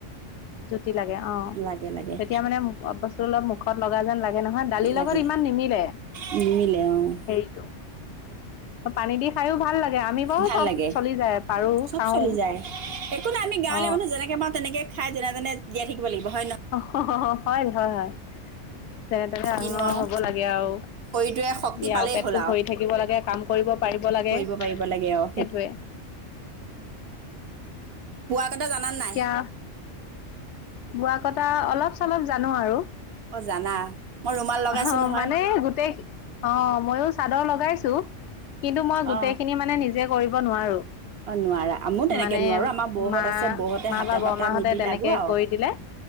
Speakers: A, on the left; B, on the right.
A: জুতি লাগে অ
B: লাগে লাগে
A: তেতিয়া মানে বস্তু অলপ মু খত লগা যেন লাগে গে নহয় দালিৰ
B: লাগে
A: লগত ইমান নিমিলে
B: নিমিলে অ',
A: হেৰিটো পানী দি খাইয়ো ভাল লা গে আমি বাৰও
B: ভাল
A: চব
B: লাগে
A: চলি যায় পাৰো
B: চব
A: খাও
B: চলি যায়। একো নাই আমি গাঁৱলীয়া
A: অ
B: মানুহ যেনেকে পাওঁ তেনেকে খাই যেনোজনে জীয়াই থাকিব লাগিব হয় ন
A: হ হ হ হয় হয় হয় তেনে তেনে ডাঙৰ
B: কিনো আৰু
A: হ'ব লাগে আৰু
B: শৰীৰটোৱে শক্তি
A: ই
B: পালেই
A: আৰু পেটটো
B: হ'ল
A: ভৰি থাকিব লাগে কাম কৰিব পাৰিব লাগে
B: কৰিব পাৰিব লাগে আৰু
A: সেইটোৱে
B: তহঁতে জানা নাই
A: এতিয়া বোৱা কথা অলপ চলপ জানো আৰু
B: অ জানা মই ৰুমাল লগাইছো
A: অ
B: নহয়
A: মানে গোটেই অ মইয়ো চাদৰ লগাইছো কিন্তু
B: অ
A: মই গোটেই খিনি মানে নিজে কৰিব নোৱাৰো
B: অ নোৱাৰা আমো তেনেকে
A: মানে
B: নোৱাৰো আমাৰ বৌহত
A: মা
B: আছে বৌহতে
A: মা
B: হাতে
A: বা বৰমাহঁতে
B: বটা মিলি
A: তেনেকে
B: লাগো আৰু
A: কৰি দিলে